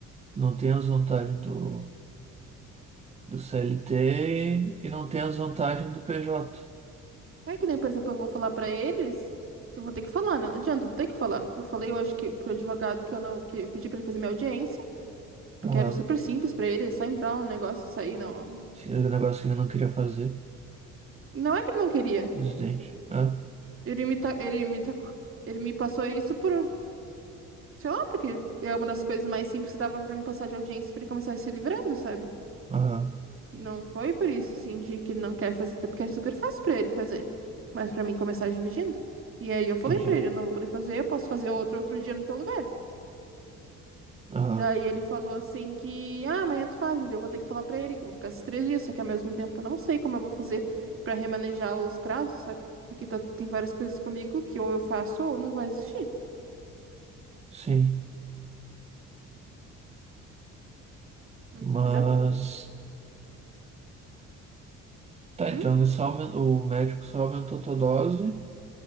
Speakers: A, on the right; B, on the right.
A: não tem as vantagens do, do CLT e não tem as vantagens do PJ.
B: É que nem, por exemplo, eu vou falar pra eles, eu vou ter que falar, né? Não adianta, eu vou ter que falar. Eu falei hoje que pro advogado que eu não, que eu pedi pra ele fazer minha audiência, porque
A: Aham.
B: era super simples pra ele, é só entrar no negócio e sair, não.
A: Esse era o negócio que eu não queria fazer,
B: Não é que ele não queria.
A: presidente. Ah,
B: Ele me ta, ele me tacou, ele me passou isso por, sei lá, porque é uma das coisas mais simples que dava pra me passar de audiência pra ele começar a se livrando, sabe?
A: aham,
B: Não foi por isso, assim, de que ele não quer fazer, até porque é super fácil pra ele fazer, mas pra mim começar dividindo. E aí eu falei
A: entendi.
B: pra ele, eu não vou poder fazer, eu posso fazer outro outro dia no teu lugar.
A: Aham,
B: Daí ele falou assim que, ah, amanhã tu faz, mas eu vou ter que falar pra ele que eu vou ficar esses três dias, só que ao mesmo tempo eu não sei como eu vou fazer pra remanejar os prazos, sabe? Porque tá, tem várias coisas comigo que ou eu faço ou não vai existir,
A: sim.
B: Hum.
A: Mas,
B: entendeu?
A: tá,
B: Hum?
A: então ele só aumen- o médico só aumentou a tua dose,